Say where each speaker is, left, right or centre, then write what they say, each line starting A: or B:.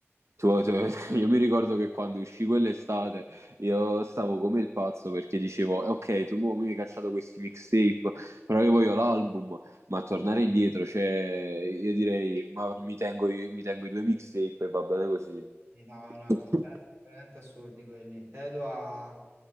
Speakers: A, on the right; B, on the right.
A: Tu- tu- <laughs> io mi ricordo che quando uscì quell'estate io stavo come il pazzo perché dicevo, ok, tu mo mi hai cacciato questi mixtape, però io voglio l'album, ma tornare indietro, cioè, io direi, ma mi tengo, i- mi tengo i due mixtape e va bene così.
B: E no, è una...
A: <laughs>
B: veramente, veramente assurdi quelli. Tedua